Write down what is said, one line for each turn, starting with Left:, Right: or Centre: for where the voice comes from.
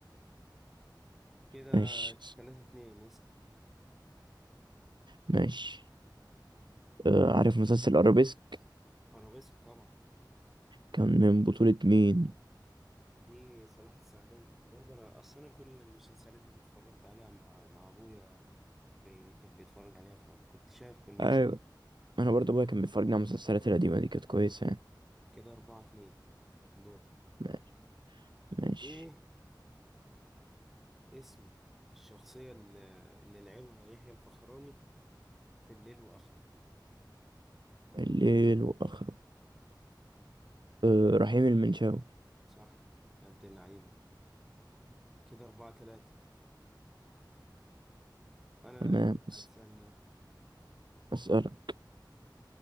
Centre: كده
Right: ماشي
Centre: تلاتة اتنين اسأل
Right: ماشي أه عارف مسلسل ارابيسك
Centre: ارابيسك طبعا
Right: كان من بطولة مين؟
Centre: دي صلاح السعدني برضه انا اصلا أنا كل المسلسلات دي اتفرجت عليها مع مع ابويا بي... كان بيتفرج عليها فكنت شايف كل مسلسل
Right: ايوه انا برضه ابويا كان بيفرجني على المسلسلات القديمة دي كانت كويسة يعني.
Centre: كده أربعة اتنين دور
Right: ماشي ماشي
Centre: ايه اسم الشخصية اللي, اللي لعبها يحيى الفخراني في الليل وآخره
Right: الليل وآخره أه رحيم المنشاوي
Centre: صح يا عبد اللعيبة كده أربعة تلاتة أنا
Right: تمام
Centre: أنت اللي
Right: أس-
Centre: هتسألني يلا
Right: أسألك